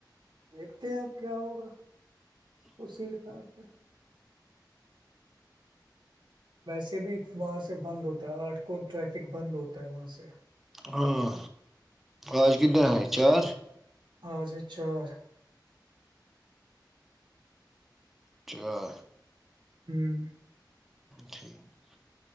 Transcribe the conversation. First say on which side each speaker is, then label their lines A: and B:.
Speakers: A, on the right (about 85°); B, in the centre.
A: ج ستے ہیں آپ کیا ہوگا اسی حساب سے ویسے بھی وہاں سے بند ہوتا ہے آٹھ کو ٹریفک بند ہوتا ہے وہاں سے
B: ہاں آج کدنا ہے چار
A: آج ہے چار
B: چار
A: ہوں
B: ٹھیک <unintelligible>